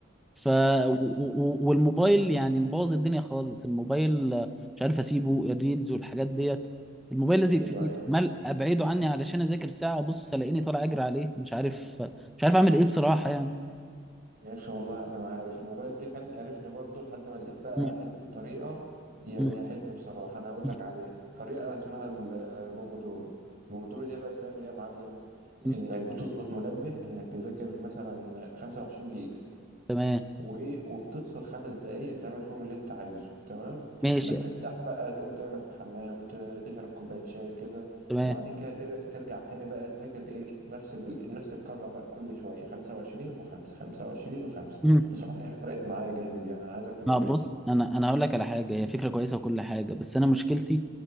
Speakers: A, in the centre; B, on the right.
A: ف و-
B: أو-
A: و- والموبايل يعني مبوظ الدنيا خالص الموبايل آه، مش عارف اسيبه الريلز والحاجات ديت الموبايل لازق
B: ايوه
A: في ايدي
B: ايوه
A: عمال ابعده عني علشان اذاكر ساعه ابص الاقيني طالع اجري عليه مش عارف مش عارف اعمل ايه بصراحة يعني
B: يا اخي والله انا ما عارف الموبايل ده كان قرفني برضو لحد ما لقيت بقى
A: مم.
B: حته طريقه هي
A: مم.
B: ريحتني بصراحه انا هقول
A: مم.
B: لك عليها طريقه اسمها البومودورو البومودورو دي بقى بتعمل ايه يا معلم
A: مم.
B: انك بتظبط منبه انك تذاكر مثلا 25 دقيقه
A: تمام
B: و- وبتفصل خمس دقايق تعمل فيهم اللي انت عايزه تمام
A: ماشي
B: انك ترتاح بقى تقوم تعمل حمام ت- تشرب كوباية شاي كده
A: تمام
B: وبعدين كده تر- ترجع تاني بقى تذاكر ايه نفس ال... نفس الكرة بقى كل شوية 25 و5 25 و5
A: مم.
B: بصراحة هي فرقت معايا جامد يعني انا عايزك تجربها
A: ما بص انا انا هقول لك على حاجة هي فكرة كويسة وكل حاجة بس انا مشكلتي